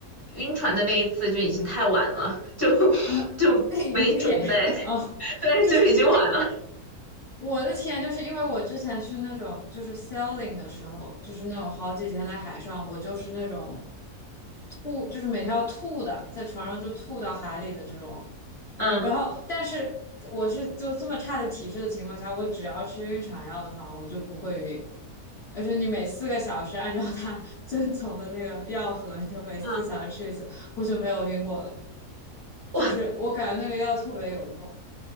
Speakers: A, on the right (about 15°); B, on the left (about 55°).
A: 晕船的那一次就已经太晚了，就 <laughs>
B: <laughs> 啊，
A: 就没准备，
B: 被雨裂哦，
A: <laughs> 对，
B: 就是
A: 就已经晚了。
B: 我的体验，就是因为我之前去那种就是 sailing 的时候，就是那种好几天在海上，我就是那种吐，就是每天要吐的，在船上就吐到海里的这种。
A: 嗯
B: 然后，但是我是就这么差的体质的情况下，我只要吃晕船药的话，我就不会晕。而且你每四个小时按照它 <laughs> 遵从的那个药盒，你就每四小时吃一次，
A: 嗯，
B: 我就没有晕过了。
A: 哇，
B: 就是我感觉那个药特别有用，